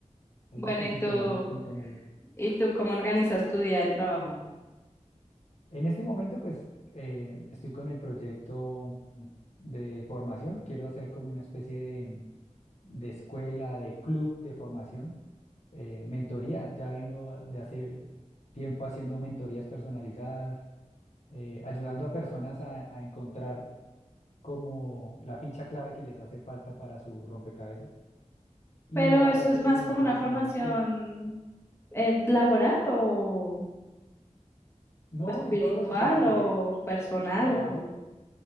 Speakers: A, on the left; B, on the left.
A: es
B: Bueno,
A: difícil
B: ¿y tú,
A: tener un punto medio.
B: y tú cómo organizas tu día de trabajo?
A: En este momento, pues, eh, estoy con el proyecto de formación, quiero hacer como una especie de de escuela, de club de formación, eh, mentoría. Ya vengo de hace tiempo haciendo mentorías personalizadas, eh, ayudando a personas a, a encontrar como la ficha clave que les hace falta para su rompecabezas. Y
B: Pero
A: ahora
B: eso
A: quiero
B: es más
A: convertirlo
B: como una formación
A: como en un club.
B: eh, laboral o...
A: No
B: o espiritual
A: en todos los aspectos, porque
B: o personal.
A: trabajo
B: o-